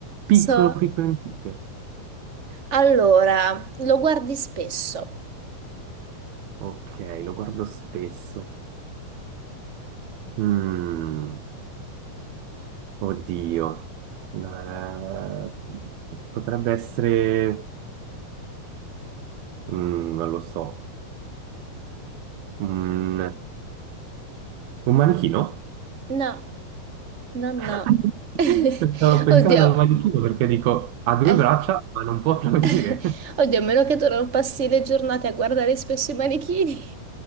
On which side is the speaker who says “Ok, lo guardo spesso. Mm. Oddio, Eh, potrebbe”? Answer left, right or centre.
Right